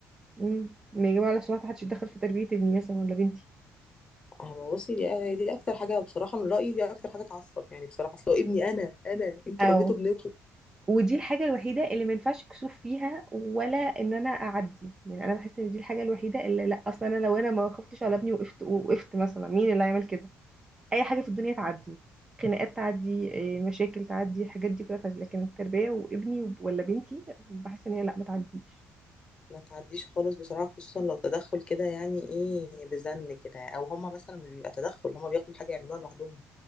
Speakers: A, on the right; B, on the left.
A: مم. ما يجب على بصراحة محدش يتدخل في تربية ابني مثلا ولا بنتي
B: أه بصي دي دي اكتر حاجه بصراحه من رايي دي اكتر حاجه تعصب يعني بصراحه اصل هو ابني انا انا انتوا
A: اه
B: ربيتوا ابنكم
A: ودي الحاجة الوحيدة اللي ما ينفعش كسوف فيها ولا ان انا اعدي يعني انا بحس ان دي الحاجة الوحيدة اللي لا اصلا انا لو انا ما خفتش على ابني وقفت وقفت مثلا مين اللي هيعمل كده اي حاجة في الدنيا تعدي خناقات تعدي إيه، مشاكل تعدي الحاجات دي كلها تعدي لكن التربية وابني وب- ولا بنتي بحس ان هي لا ما تعديش
B: ما تعديش خالص بصراحه خصوصا لو تدخل كده يعني ايه بزن كده او هما مثلا مش بيبقى تدخل هما بياخدوا الحاجه يعملوها لوحدهم